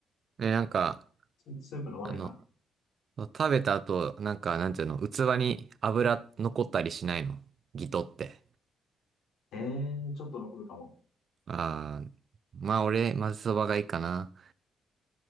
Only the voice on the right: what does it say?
え、なんか、
あの、食べた後、なんか、なんていうの、器に油残ったりしないのギトって。
ああ、まあ俺、まぜそばがいいかな。